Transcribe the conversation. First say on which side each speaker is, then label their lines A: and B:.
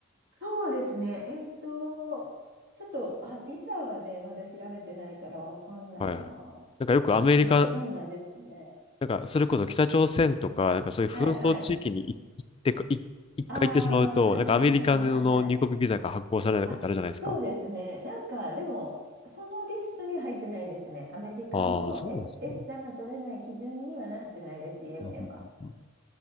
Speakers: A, on the right (about 50°); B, on the left (about 25°).
A: そうですね。えっと、ちょっと、あ、ビザはね、まだ調べてないからわかんないな。
B: はいはい。なんかよくアメリカ、
A: どうな、どうなんですかね。
B: なんか、それこそ北朝鮮とか、なんかそういう紛争地域にい行ってか、
A: はいはい。
B: い一回行ってしまうと、
A: ああ、はいはいはいはいはい。
B: なんかアメリカの入国ビザが発行されないことってあるじゃないですか。
A: あ、そうですね。なんか、でも、そのリストには入ってないですね。アメリカの
B: ああ、そうなんですね。
A: S、S タが取れない基準にはなってないです、イエメンは。
B: うんうんうんうん